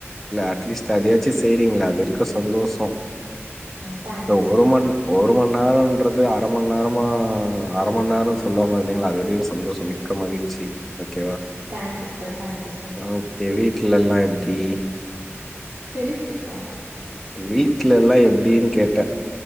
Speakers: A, in the centre; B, on the right (about 45°).
A: அட்லீஸ்ட் அதைத்தான் ச்சு சரிங்களா அது வரைக்கும் சந்தோஷம்
B: ம் தேங்க்யூ
A: இ
B: சார்
A: ஒரு மண் ஒரு ம நேரம்ன்றது அர மணி நேரமா அர ம நேரம் சொல்லாம இருதேங்கள அது சந்தோஷம் மிக்க மகிழ்ச்சி ஓகேவா
B: thank you sir thank you sir
A: okay வீட்டுல எல்லாம் எப்படி
B: பெவி குவிக்கா
A: வீடலல்லாம் எப்ப்டனுகேட்டே